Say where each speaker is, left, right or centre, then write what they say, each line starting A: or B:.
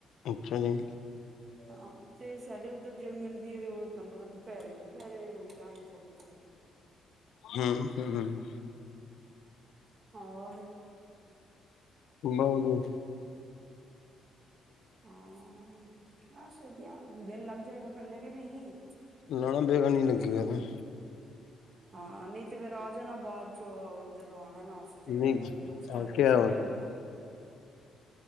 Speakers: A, on the left; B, on the right.
A: ਅੱਛਾ ਜੀ।
B: ਹਾਂ ਤੇ ਸਾਡੇ ਉੱਧਰ ਜਿਹੜ ਮਿਲਦੀ ਹੈ ਤੇ ਉਹ ਤੁਹਾਨੂੰ ਪਤਾ ਦੁ ਪਰੇਦੇ ਪੇਰੇ ਉਹਈ ਸਾ ਚੋਦਾ।
A: ਹਮ ਹਮ ਹਮ।
B: ਰ।
A: ਬਹੁ ਨ
B: ਹਾਂ ਬਸ ਵਧਆ ਦੇੱ ਜਾਏਗਾ ਕਰਨਾ ਕੇ ਨਹੀਂ।
A: ਲਾਣਾ ਬੇਗਾ ਨੀ ਲਗੇ ਗਾ ਨਾ
B: ਹਾਂ ਨਹੀਂ ਤੇ ਫਿਰ ਆ ਜਾਣਾ ਬਾਅਦ ਚ ਜਦੋਂ ਆਉਣਾ ਨਾ ਹਫ਼ਤੇ
A: ਨਹੀਂ
B: ਦਾ ਹਫ਼ਤਾ
A: ਆ
B: ਤੇ
A: ਕਿਆ
B: ਤੁਸੀਂ ਰਹਿ ਲੈਣਾ।